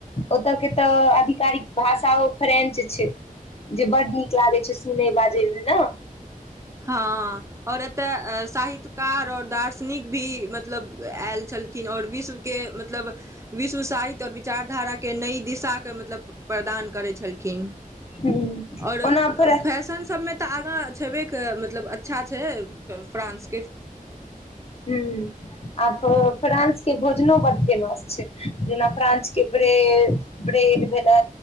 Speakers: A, on the left; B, on the right.
A: ओतऽ के तऽ आधिकारिक भाषा ओ फ्रेंच छै जे बड्ड नीक लागै छै सुनय बाजै मे ने
B: हँ आओर एतय साहित्यकार आओर दार्शनिक भी मतलब आयल छल खिन ओर विश्व के मतलब विश्व साहित्य और विचारधारा के नई दिशा के मतलब प्रदान करै छै छलखिन
A: ह
B: और
A: ओना फेर
B: फैशन सभमे तऽ आगा छबे मतलब अच्छा छै फ्रांस
A: ह्म आ तऽ फ्रान्सके भोजनो बड्ड फेमस छै जेना फ्रानंचके ब्रेभ ब्रेड भेलै